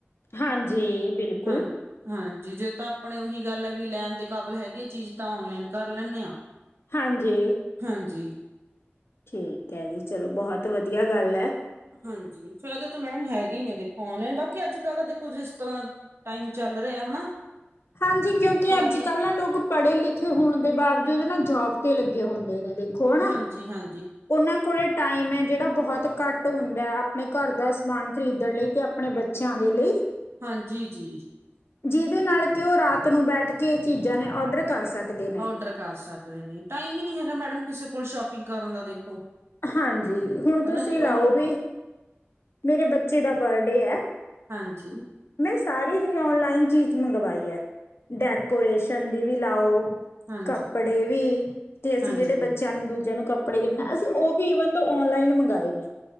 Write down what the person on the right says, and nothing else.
ਹਾਂ ਹਾਂਜੀ ਜੇ ਤਾਂ ਆਪਣੇ ਉਹੀ ਗੱਲ ਹੈ ਵੀ ਲੈਣ ਦੇ ਕਾਬਲ ਹੈਗੀ ਹੈ ਚੀਜ਼ ਤਾਂ ਔਨਲਾਈਨ ਕਰ ਲੈਂਣੇ ਆਂ।
ਹਾਂਜੀ।
ਹਾਂਜੀ ਫਾਇਦੇ ਤਾਂ ਮੈਡਮ ਹੈਗੀ ਹੀ ਨੇ ਦੇਖੋ ਔਨਲਾਈਨ ਬਾਕੀ ਅੱਜ ਕੱਲ੍ਹ ਦਾ ਦੇਖੋ ਜਿਸ ਤਰ੍ਹਾਂ। ਟਾਈਮ ਚੱਲ ਰਿਹਾ ਹਨਾ?
ਸਾਰੀ
ਹਾਂਜੀ ਹਾਂ
ਹਾਂਜੀ ਜੀ।
ਡਰ ਕਰ ਸਕਦੇ ਨੇ, ਟਾਈਮ ਹੀ ਨੀ ਹੈਗਾ ਮੈਡਮ ਕਿਸੇ ਕੋਲ ਸ਼ੋਪਿੰਗ ਕਰਨ ਦਾ, ਦੇਖੋ।
ਹਨਾ ਜੀ ਉਹ
ਹਾਂਜੀ।
ਹਾਂਜੀ
ਹਾਂਜੀ
ਹਾਂ